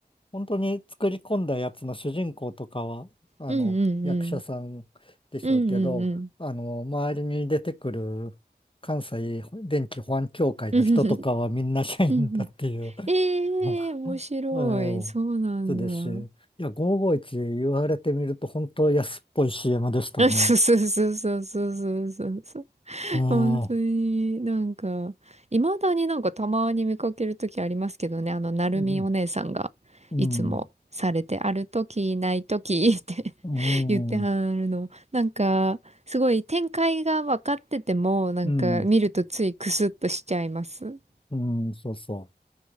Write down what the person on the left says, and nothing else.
本当に作り込んだやつの主人公とかは、あの、
役者さんでしょうけど、
あの、周りに出てくる関西電気保安協会の人とかはみんな社員だっていう、
<laughs> ええ
そうですし、いや、551言われてみると本当安っぽい CM でしたね。
うん。
う
ん。うん
うん、
うん、
うん、そうそ